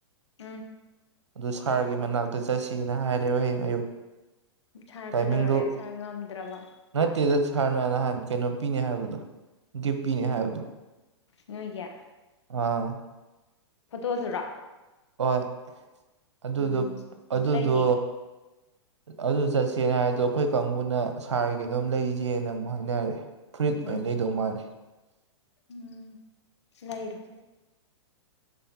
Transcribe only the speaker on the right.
ꯑꯗꯨ ꯁꯥꯔꯒꯤ ꯃꯅꯥꯛꯇ ꯆꯠꯁꯦꯅ ꯍꯥꯏꯔꯦꯕ ꯍꯌꯦꯡ ꯑꯌꯨꯛ
ꯇꯥꯏꯃꯤꯡꯗꯣ
ꯅꯠꯇꯦꯗ ꯁꯥꯔꯅ ꯅꯍꯥꯟ ꯀꯩꯅꯣ ꯄꯤꯅꯦ ꯍꯥꯏꯕꯗꯣ ꯒꯤꯐ ꯄꯤꯅꯦ ꯍꯥꯏꯕꯗꯣ
ꯑꯥ
ꯍꯣꯏ ꯑꯗꯨꯗꯣ
ꯑꯗꯨꯗꯣ
ꯑꯗꯨ ꯆꯠꯁꯦꯅ ꯍꯥꯏ ꯑꯗꯣ ꯑꯩꯈꯣꯏ ꯀꯥꯡꯕꯨꯅ ꯁꯥꯔꯒꯤ ꯀꯩꯅꯣꯝ ꯂꯩꯁꯦꯅ ꯑꯃꯨꯛ ꯍꯥꯏꯅꯔꯦ ꯐꯨꯔꯤꯠ ꯑꯣꯏꯅ
ꯂꯩꯗꯧ ꯃꯥꯜꯂꯦ
<unintelligible>